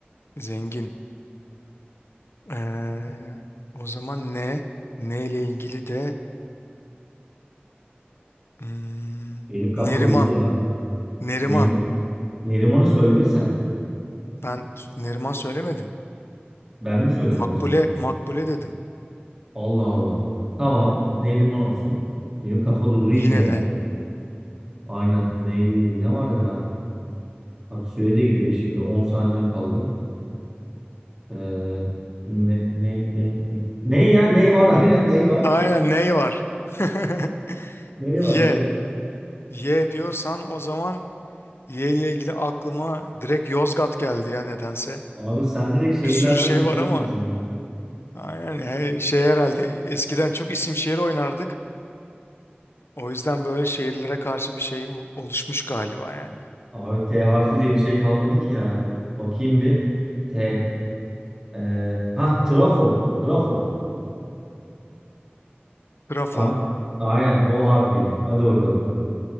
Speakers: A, on the left; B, on the right.
A: Zengin. Evet. Ee, o zaman ne? Ne ile ilgili de hmm,
B: Benim kafa
A: Neriman.
B: durdu ya.
A: Neriman.
B: Neriman, Neriman'ı söyledin sen.
A: Ben Neriman söylemedim.
B: Ben mi söyledim
A: Makbule,
B: o zaman?
A: Makbule dedim.
B: Allah Allah. Tamam. Neriman olsun. Benim kafa durdu iyice
A: Yine
B: ya.
A: ne?
B: Aynen. Neyle ilgili ne var ya? Bak süre de gidiyor şimdi. 10 saniyem kaldı. Ee, ne, ne, ne, ne? Ne ya? Ney var? <laughs> Aynen ney var?
A: Aynen ne var? <laughs>
B: Ney
A: Y.
B: var böyle?
A: Y diyorsan o zaman Y ile ilgili aklıma direkt Yozgat geldi ya nedense.
B: Abi sen direkt şehirlerden
A: Bir sürü şey
B: bitirdin
A: var ama
B: bizi ya.
A: Aynen he- şey herhalde eskiden çok isim şehir oynardık. O yüzden böyle şehirlere karşı bir şeyim oluşmuş galiba yani.
B: Abi T harfiyle bir şey kalmadı ki ya. Bakayım bir. T. Ee, ha trafo. Trafo.
A: Grafo.
B: Ay- Aynen o harfiyle. Hadi bakalım.